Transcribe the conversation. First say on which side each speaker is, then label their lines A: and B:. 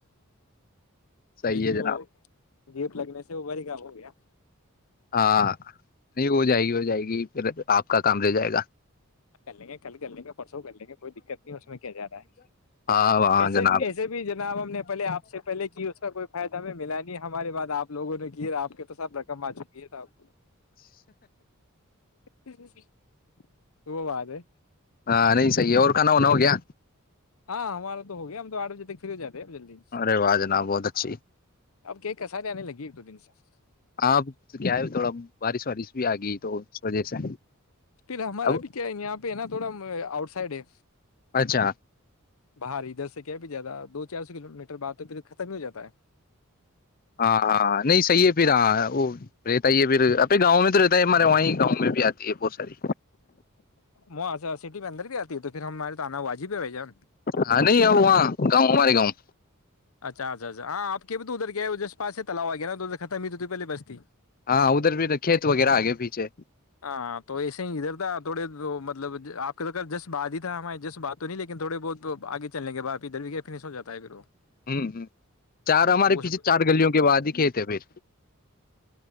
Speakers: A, on the left; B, on the left.
A: صحیح
B: لیکن
A: ہے
B: وہ
A: جناب
B: گیپ لگنے سے وہ بڑ کام وہ یا
A: ہاں نہیں ہو جائے گی ہو جائے گی پھر آپ کا کام رہ جائے گا
B: کر لیں گے کل کر لیں گے پرسوں کر لیں گے کوئی دقت نہیں اس میں کیا جا رہا ہے
A: ہاں ہاں
B: ایسے
A: جناب
B: ایسے بھی جناب ہم نے پہلے آپ سے پہلے کی اس کا کوئی فائدہ ہمیں ملا نہیں ہماریے بات آپ لوگوں نے کی آپ کے تو سب رقم آ چکی یہ تھاپ ی وہ وہااد ہے
A: ہاں نہیں صحیح ہے اور کھانا ہونا ہو گیا
B: ہاں ہمارا تو ہو گیا ہم تو آھ بجے تک پھرری ہو جاتے جلدی
A: ارے واہ جناب بہت اچھی
B: اب کی ک سار آنے لگی ایک دو دن سے چ
A: ہاں کیا ہے تھوڑا بارش ساری بھی آگئی تو اس وجہ سے
B: پھر ہمارا
A: اب
B: بھی کیا یہاں پہ نا تھوڑا آؤٹ سائڈ ہے
A: اچھا
B: باہر ادھر سے کیا پ زیادہ دو چار سو کلو میٹر بعد تو پھر ختم ہی ہواتا ہے
A: ہاں ہاں نہیں صحیح ہے پھر ہاں وہ رہتا ہی پھر ابے گاؤں میں تو رہتا ہے ہمارے وہاں گاؤں میں بھی آتی ہے بہت ساری
B: وہاں سے سٹی میں اندر بھی آتی ہے تو پھر ہمارے تو آنا واجب ہے بھائی جان
A: ہاں نہیں اور وہاں گاؤں ہمارے گاؤں
B: اچھا اچھاچھ ہاں آپ کے تو اد گیا جس پا سے تلاو آ گیاا اد ختم ہو تو تھی پلے بسھی
A: ہاں ادھر بھی کھیت وغیرہ آگے پیچھے
B: ہاں تو ایسے ہی ادھر تھا تھوڑے مطلب آپ کے تو جس بات ہی تھا ہماراری جس بات تو نہیں لیکن تھوڑے بہت آگے چلنے کے بعد ادھر بھی گ فنش ہو جات ہے پھر وہ
A: ہوں ہ چار ہمارے
B: تو اس
A: پیچھے چار گلیوں کے بادیکھے تھ پھر